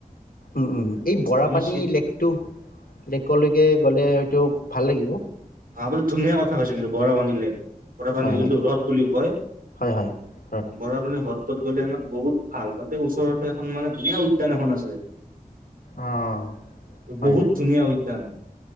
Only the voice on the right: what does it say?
আমি শ্বিল
হা বোৰ ধুনীয়া কৈছে কিন্তু <unintelligible> বৰাপানী
যোনটো
হ্ৰদ বুলি কয়,
বৰাপানী হ্ৰদ। তত গ'লে আমাৰ বহুত ভাল তাতে ওচৰতে এখন মানে ধুনীয়া উদ্যান এখন আছে।
বহুত
ধুনীয়া উদ্যান।